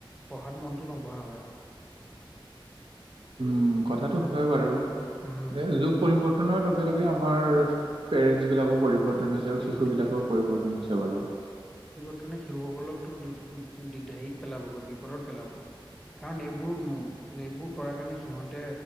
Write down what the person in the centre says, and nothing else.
পঢ়াত মনটো নবঢ়া হয়।
উম
পৰিৱৰ্তন
হৈছে।
কাৰণে শিশুসকলকতো দিগ দিগদাৰিত পেলাবগৈ বিপদত পেলাব। কাৰণ এইবোৰ উ এইবোৰ কৰাৰ কাৰণে সিহঁতে